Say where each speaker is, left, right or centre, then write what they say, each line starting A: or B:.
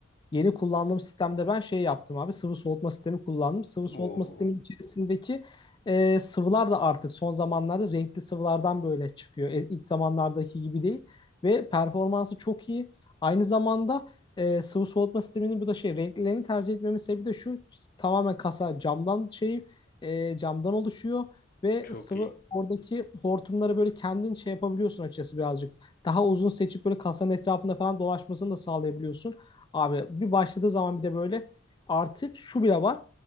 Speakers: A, on the left; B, on the left.
A: yeni kullandığım sistemde ben şey yaptım abi sıvı soğutma sistemi kullandım. Sıvı soğutma
B: Oo,
A: sistemi içerisindeki e, sıvılar da artık son zamanlarda renkli sıvılardan böyle çıkıyor. E, ilk zamanlardaki gibi değil ve performansı çok iyi. Aynı zamanda e, sıvı soğutma sisteminin bu da şey renklerini tercih etmemin sebebi de şu tamamen kasa camdan şey e, camdan oluşuyor ve
B: çok
A: sıvı
B: iyi.
A: oradaki hortumları böyle kendin şey yapabiliyorsun açıkçası birazcık daha uzun seçip böyle kasanın etrafında falan dolaşmasını da sağlayabiliyorsun. Abi bir başladığı zaman bir de böyle artık şu bile var.